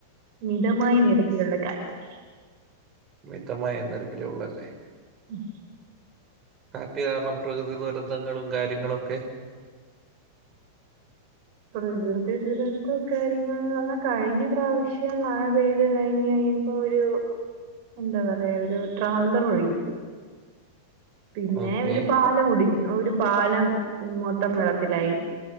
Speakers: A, on the right; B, on the right.
A: മിതമായ നിരക്കിലുള്ള കാറ്റ്
B: മിതമായ നി രക്കിലേ ഉള്ളല്ലേ
A: ഉം
B: കാറ്റ് കാരണം പ്രകൃതി ദുരന്തങ്ങളും കാര്യങ്ങളൊക്കെ
A: പ്രകൃതി ദുരന്തം കാര്യങ്ങന്ന് പറഞ്ഞാൽ കഴിഞ്ഞ പ്രാവശ്യം മഴ പെയ് കഴിഞ്ഞ് കഴിഞ്ഞ ഒരു എന്താ പറയാ ഒരു ട്രാവലർ ഒഴുകിപ്പ് പിന്നെ
B: ഓക്കെ
A: ഒരു പാലം കുടി ഒരു പാലം മൊത്തം വെള്ളത്തിലായി